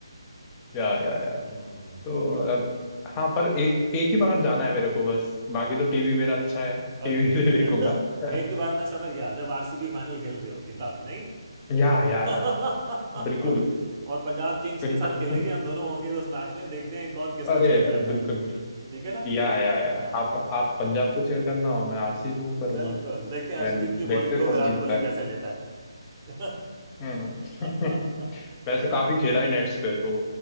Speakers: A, on the left (about 15°); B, on the right (about 30°).
A: या या
B: हम्म,
A: तो
B: तो
A: मतलब हाँ पर एक एक ही बार जाना है मेरे को बस बाकी
B: आ, आ,
A: तो टीवी मेरा अच्छा है टीवी
B: ओके
A: से
B: <laughs>
A: देखूंगा
B: एक
A: <laughs>
B: ही बार मैं समझ गया जब आरसीबी फाइनल खेल रही होगी तब नहीं
A: या या
B: <laughs>
A: या बिल्कुल
B: और पंजाब किंग्स
A: बिल्कुल
B: के साथ खेलेगी हम दोनों होंगे उस मैच में देखते हैं कौन किसको
A: अरे
B: चेयर
A: अरे
B: करता
A: बिल्कुल
B: है
A: बिल्कुल
B: ठीक है ना
A: या या या
B: हाँ
A: आप आप पंजाब को चेयर करना हो मैं आरसीबी को करूंगा
B: बिल्कुल देखते हैं
A: देन
B: अर्शदीप की
A: देखते
B: बॉलिंग
A: हैं
B: को
A: कौन
B: विराट
A: जीतता
B: कोहली
A: है
B: कैसे लेता है
A: हम्म
B: <laughs>
A: <laughs> वैसे
B: है
A: काफी
B: ना
A: खेला है नेट्स पे तो